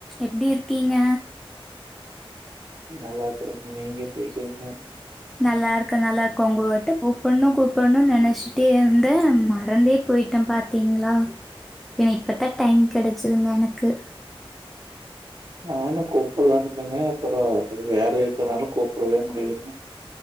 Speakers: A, in the centre; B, on the right.
A: எப்படி இருக்கீங்க
B: நல்லா இருக்குறேயன்ங்க நீங்க எப்படி இருக்கீங்க
A: நல்லா இருக்கேன் நல்லா இருக்கோம் உங்கட்ட கூப்பிடணும் கூப்பிடணும்னு நினைச்சுட்டே இருந்தேன் மறந்தே போயிட்டேன் பாத்தீங்களா பின்ன இப்பத்தான் டைம் கிடைச்சிதுங்க எனக்கு
B: நானும் கூப்பிடலந்தேங்க அப்புறம் கொஞ்சம் வேல இருக்கதுனாலும் கூப்பிடவே முடியறதுலங்க